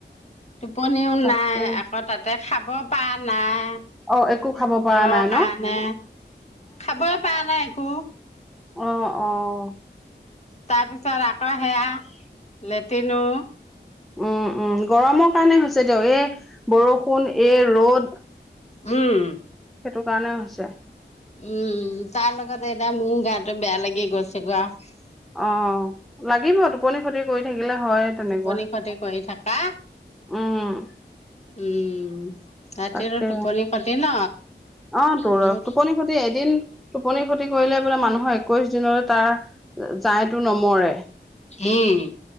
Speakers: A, on the left; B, in the centre.
A: টোপনিও
B: তাকে
A: নাই, আকৌ তাতে খাব পৰা নাই।
B: অ একো খাব পৰা
A: জ্বৰৰ
B: নাই
A: কাৰণে,
B: ন
A: খাবই পৰা নাই একো
B: অহ, অহ
A: তাৰপিছত আকৌ সেয়া, লেট্ৰিনো
B: উম উম, গৰমৰ কাৰণে হৈছে দিয়ক, এই বৰষুণ এই ৰদ
A: উম
B: সেইটোৰ কাৰণে হৈছে।
A: উম, তাৰ লগতে এতিয়া মোৰো গাটো বেয়া লাগি গৈছেগৈ আৰু।
B: অ লাগিব টোপনি ক্ষতি কৰি থাকি থাকিলে হয়ে তেনেকুৱা
A: টোপনি ক্ষতি কৰি থাকা,
B: উম।
A: উম। ৰাতিটো
B: তাকে।
A: টোপনি ক্ষতি ন
B: অ তো
A: বহুত।
B: টোপনি ক্ষতি এদিন টোপনি ক্ষতি কৰিলে বোলে মানুহৰ একৈশ দিনলৈ তাৰ জালটো নমৰে।
A: উম